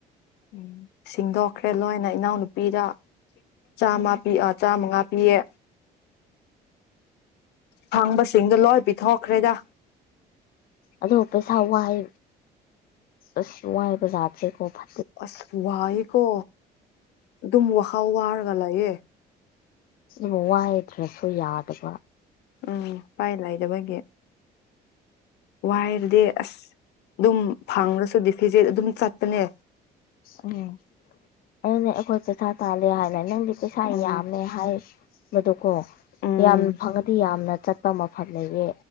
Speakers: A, on the left; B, on the left.
A: ꯎꯝ
B: ꯁꯤꯡꯗꯣꯛꯈ꯭ꯔꯦ ꯂꯣꯏꯅ ꯏꯅꯥꯎꯅꯨꯄꯤꯗ ꯆꯥꯃ ꯄꯤ ꯑ ꯆꯥꯃꯉꯥ ꯄꯤꯌꯦ ꯐꯪꯕꯁꯤꯡꯗꯣ ꯂꯣꯏ ꯄꯤꯊꯣꯛꯈ꯭ꯔꯦꯗ
A: ꯑꯗꯣ ꯄꯩꯁꯥ ꯋꯥꯏ ꯑꯁ ꯋꯥꯏ ꯕꯖꯥꯔꯁꯦꯀꯣ ꯐ
B: ꯑꯁ ꯋꯥꯏꯀꯣ ꯑꯗꯨꯝ ꯋꯥꯈꯥꯎ ꯋꯥꯔꯒ ꯂꯥꯛꯌꯦ
A: ꯃꯨꯋꯥꯥꯏ ꯔꯁꯣ ꯌꯥꯗꯕ
B: ꯎꯝ ꯎꯄꯥꯏ ꯂꯩꯗꯕꯒꯤ ꯋꯥꯏꯔꯗꯤ ꯑꯁ ꯑꯗꯨꯝ ꯐꯉꯁꯨꯗꯤ ꯐꯤꯖꯦꯠ ꯑꯗꯨꯝ ꯆꯠꯄꯅꯦ
A: ꯎꯝ ꯑꯗꯨꯅꯦ ꯑꯩꯈꯣꯏ ꯄꯩꯁꯥ ꯇꯥꯜꯂꯦ ꯍꯥꯏꯅ ꯅꯪꯗꯤ ꯄꯩꯁꯥ
B: ꯎꯝ
A: ꯌꯥꯝꯃꯦ ꯍꯥꯏ ꯃꯗꯨꯀꯣ
B: ꯎꯝ
A: ꯌꯥꯝ ꯐꯪꯉꯗꯤ ꯌꯥꯝꯅ ꯆꯠꯄ ꯃꯐꯝ ꯂꯩꯌꯦ